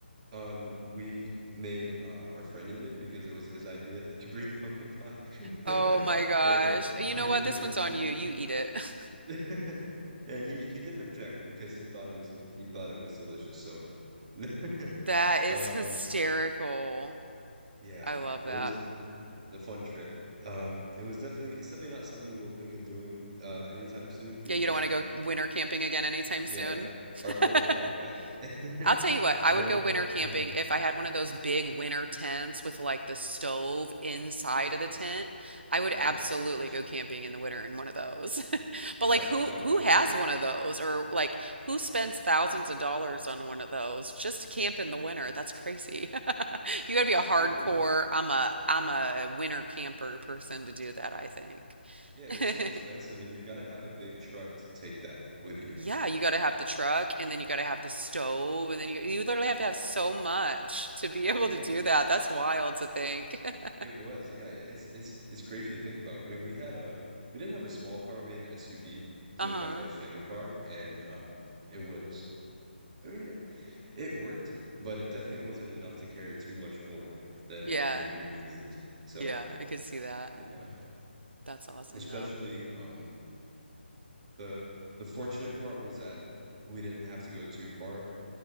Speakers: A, on the right (about 35°); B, on the right (about 70°).
A: um we made uh our friend eat it because it was his idea <laughs> to bring the pumpkin pie. <laughs>
B: Oh my gosh.
A: And
B: You
A: he
B: know
A: really
B: what? This
A: wanted
B: one's on
A: to eat
B: you. You eat it. <laughs>
A: it. <laughs> And he he didn't object because he thought it was he thought it was delicious. So <laughs>
B: That is
A: Um,
B: hysterical.
A: yeah,
B: I love that.
A: it was a fun trip. Um, it was definitely it's definitely not something we'll think of doing uh anytime soon because
B: Yeah, you don't want to go winter camping again anytime
A: yeah,
B: soon. <laughs>
A: our clothes were all wet. <laughs>
B: I'll tell you what, I
A: But
B: would go winter camping
A: yeah.
B: if I had one of those big winter tents with like the stove inside of the tent. I would
A: Oh
B: absolutely
A: yeah, of course.
B: go camping in the winter in one of those. <laughs> But
A: No,
B: like
A: that would
B: who
A: that would
B: who
A: be amazing.
B: has one of those or like who spends thousands of dollars on one of those just to camp in the winter? That's crazy. <laughs> You got
A: That's
B: to be a hardcore,
A: true. I mean,
B: I'm a I'm a winter camper person to do that, I think.
A: yeah, they're so expensive
B: <laughs>
A: and you've got to have a big truck to take that with you.
B: Yeah, you got to have the truck and then you got to have the stove and then you you literally have to have so much to be <laughs> able
A: Yeah,
B: to do that. That's wild to think. <laughs>
A: it was. Yeah, it's it's it's crazy to think about. I mean, we had a we didn't have a small car, we had an SUV because
B: Uh-huh.
A: it was my friend's family car and um it was I mean, it it worked, but it definitely wasn't enough to carry too much more than
B: Yeah.
A: what we really needed. So,
B: Yeah, I could see that.
A: yeah,
B: That's awesome
A: especially
B: though.
A: um the the fortunate part was that we didn't have to go too far